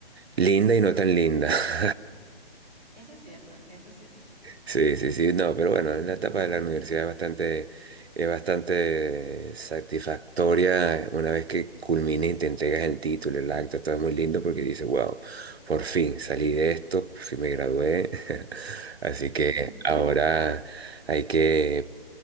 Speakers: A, on the right; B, on the right.
A: linda y no tan linda. <laughs>
B: Eso es cierto, eso es cierto.
A: Sí, sí, sí, no, pero bueno, en la etapa de la universidad es bastante, es bastante satisfactoria una vez que culmina y te entregas el título, el acta, todo es muy lindo porque dices, wow, por fin salí de esto, por fin me gradué. <laughs> Así que
B: <laughs>
A: ahora hay que,